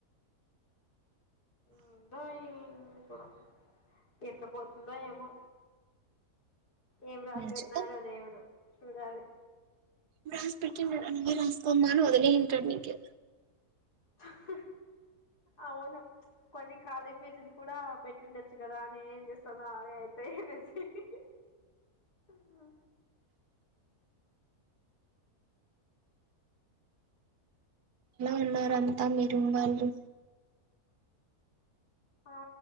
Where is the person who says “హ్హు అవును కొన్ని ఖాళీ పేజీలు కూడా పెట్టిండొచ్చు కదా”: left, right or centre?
Left